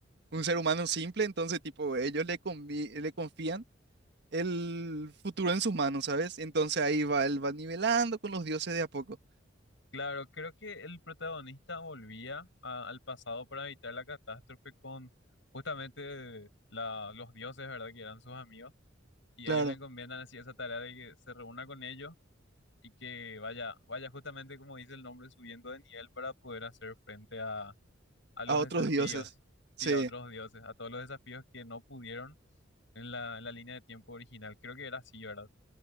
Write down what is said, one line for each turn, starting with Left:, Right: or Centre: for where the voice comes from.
Right: un ser humano simple, entonces tipo ellos le, convi- le confían el futuro en sus manos, ¿sabes? Entonces ahí va, él va nivelando con los dioses de a poco,
Left: Claro, creo que el protagonista volvía a- al pasado para evitar la catástrofe con justamente la, los dioses, ¿verdad? Que eran sus amigos. Y
Right: claro,
Left: ellos le encomiendan así esa tarea de que se reúna con ellos y que vaya, vaya justamente como dice el nombre, subiendo de nivel para poder hacer frente a, a los
Right: a otros
Left: desafíos,
Right: dioses. Sí,
Left: sí, a otros dioses, a todos los desafíos que no pudieron en la, en la línea de tiempo original. Creo que era así, ¿verdad?